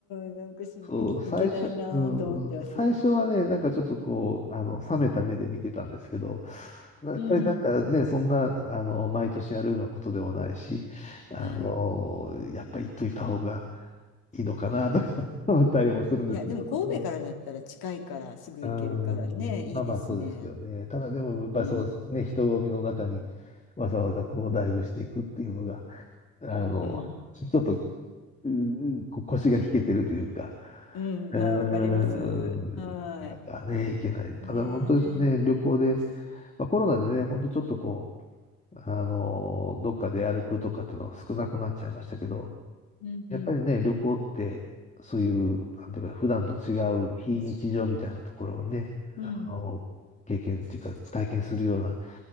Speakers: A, on the left; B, on the left.
A: ん、なんかし、
B: そう、
A: いけいけないなと思ってます。
B: 最初、うん、最初はね、なんかちょっとこう、あの、冷めた目で見てたんですけど、やっぱりなんかね、
A: うん。
B: そんな、あの、毎年やるようなことでもないし、あの、
A: はい。
B: やっぱ言っといた方がいいのかな、
A: うん。
B: とか思ったりもするんですけど、
A: いや、でも神戸からだったら近いからすぐ行けるからね、
B: ちょっと、うん、うーんまあまあそうですけどね。
A: いいですね。
B: ただでも、やっぱりそのね、
A: うん。
B: 人混みの中にわざわざこう、ダイブしていくっていうのが、あの、
A: うん。
B: ちょっと、うん、こ腰が引けてるというか、
A: うん、
B: うーん、
A: あ、わかります。は
B: なかなかね、行けない。ただ本当にね、
A: い。ねえ。
B: 旅行で、まあ、コロナでね、本当ちょっとこう、あのどっかで歩くとかっていうのが少なくなっちゃいましたけど、
A: うんうん。
B: やっぱりね、旅行って、そういう、なんていうか、普段と違う非日常みたいなところをね、
A: うん。
B: あの経験っていうか、体験するような